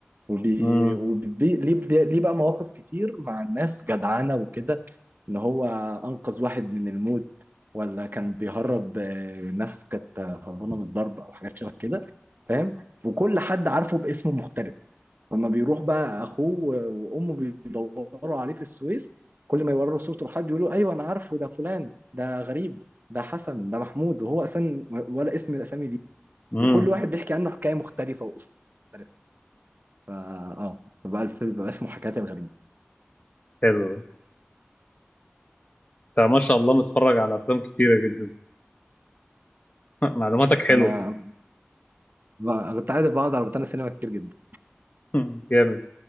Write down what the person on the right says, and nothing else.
وبي...
وبي... ليه ليه بقى مواقف كتير مع الناس جدعانه وكده ان هو انقذ واحد من الموت ولا كان بيهرب آه، ناس كانت هربانه من الضرب او حاجات شبه كده فاهم وكل حد عارفه باسم مختلف لما بيروح بقى اخوه وامه بيدوروا عليه في السويس كل ما يوروا صورته لحد يقولوا ايوه انا عارفه ده فلان ده غريب ده حسن ده محمود وهو اصلا ولا اسم من الاسامي دي
وكل واحد بيحكي عنه حكايه مختلفه واسلوب مختلف فا اه بقى الفيلم بقى اسمه حكايات الغريب
انا أنا كنت عايز بقعد على روتانا سينما كتير جدا